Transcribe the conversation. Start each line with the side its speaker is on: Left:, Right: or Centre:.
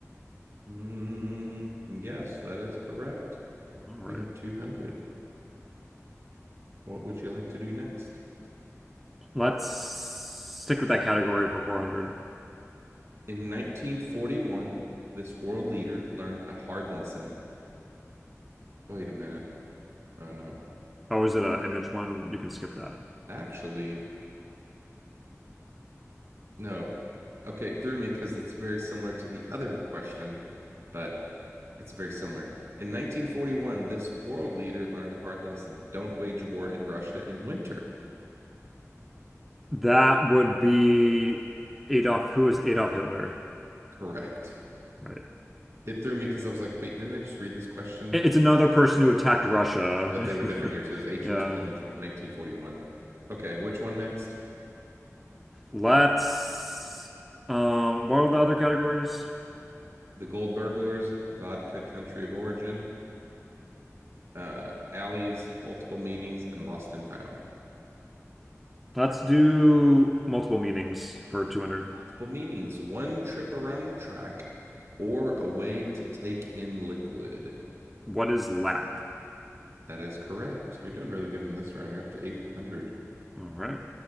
Right: Mm, yes, that is correct.
Centre: All right.
Right: You have 200. What would you like to do next?
Centre: Let's stick with that category for 400.
Right: In 1941, this world leader learned a hard lesson. Wait a minute. Oh no.
Centre: Oh, is it an image one? You can skip that.
Right: Actually, no. Okay, it threw me because it's very similar to the other question, but it's very similar. In 1941, this world leader learned a hard lesson. Don't wage war in Russia in winter.
Centre: That would be Adolf. Who is Adolf Hitler?
Right: Correct.
Centre: Right.
Right: It threw me because I was like, wait, didn't I just read this question?
Centre: It- It's another person who attacked Russia.
Right: <sighs> But they were
Centre: <laughs>
Right: different years. It was 1812
Centre: Yeah.
Right: and from 1941. Okay, which one next?
Centre: Let's um what are the other categories?
Right: The Gold Burglars, Vodka Country of Origin, uh, alleys, multiple meanings, and lost and found.
Centre: Let's do multiple meanings for 200.
Right: Multiple meanings, one trip around the track or a way to take in liquid.
Centre: What is lap?
Right: That is correct. You're doing really good in this round. You're up to 800
Centre: All right.